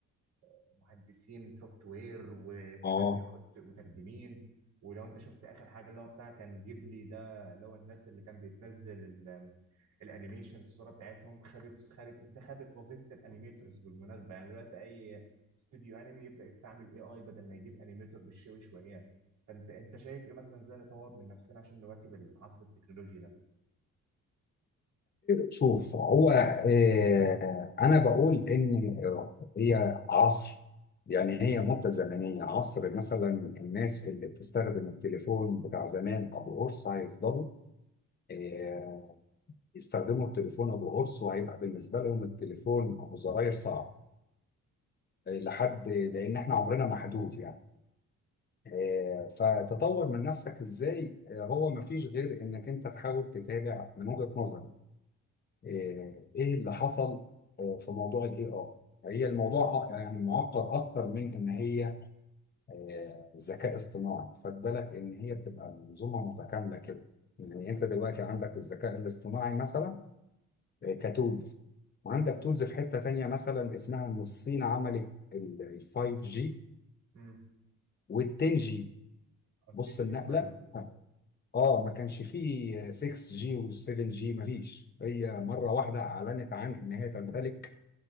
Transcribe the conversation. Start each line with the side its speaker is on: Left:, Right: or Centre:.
Right: ومهندسين سوفت وير وكمان
Left: اه
Right: بياخد مترجمين ولو انت شفت اخر حاجه اللي هو بتاع كان جيبلي ده اللي هو الناس اللي كان بيتنزل ال- الانيميشن الصوره بتاعتهم خدت خدت ده خدت وظيفه الانيميترز بالمناسبه يعني دلوقتي اي استوديو انمي يبدا يستعمل اي اي بدل ما يجيب انيميتور بالشوي شويان فانت انت شايف ايه مثلا ازاي نطور من نفسنا عشان نواكب العصر التكنولوجي
Left: شوف هو آه، انا بقول ان آه، هي عصر يعني هي مده زمنيه عصر مثلا الناس اللي بتستخدم التليفون بتاع زمان ابو قرص هيفضلوا آه، يستخدموا التليفون ابو قرص وهيبقى بالنسبه لهم التليفون ابو زراير صعب آه، لحد لان احنا عمرنا محدود يعني آه، فتطور من نفسك ازاي آه، هو مفيش غير انك انت تحاول تتابع من وجهه نظري آه، ايه اللي حصل آه، في موضوع الاي اي هي الموضوع أ- يعني معقد اكتر من ان هي آه، ذكاء اصطناعي خد بالك ان هي بتبقى منظومه متكامله كده يعني انت دلوقتي عندك الذكاء الاصطناعي مثلا آه، كتولز وعندك
Right: ده
Left: تولز في حته تانيه مثلا اسمها ان الصين عملت ال 5 جي
Right: امم
Left: وال 10 جي
Right: اكتيفيتي
Left: بص النقله
Right: قريب بالظبط
Left: اه آه، ما كانش فيه 6 جي و 7 جي مفيش هي مره واحده اعلنت عن ان هي تمتلك